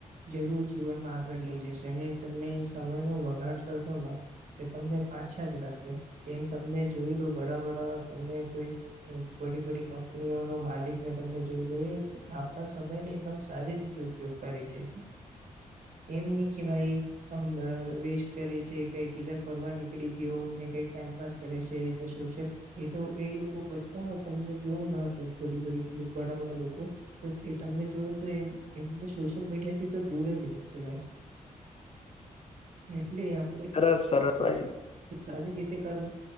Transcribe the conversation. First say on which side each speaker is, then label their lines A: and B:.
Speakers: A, on the right; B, on the left.
A: જરૂર જીવનમાં આગળ લઈ જશે અને તમને સમય ન વગાડ કરશો. તો તમને પાછા જ રાખશે એમ તમને જોઈ લો વડા બડા તમને કોઈ બડી બડી કંપનીઓ ન માલિક તમે જોઈ લો આપડા સમય ને એકદમ સારી રીતે ઉપયોગ કરે છે. એમ નહી કે ભાઈ <inaudible> વેસ્ટ કરે છે કઈકીધર ફરવા નીકળી ગયો ને કઈક ટાઈમપાસ કરે છે. એ તો એ લોકો બધા હો તમને જોવું ના કઈક બ બડી બડા બડા લોકો તો તમને જોવ તો એમ એમને સોશિયલ મીડિયા થી તો દૂર જ રહી છે ભાઈ. એટલે આપડૈ.
B: સરસ સરસ ભાઈ.
A: સારી રીતે કરવું.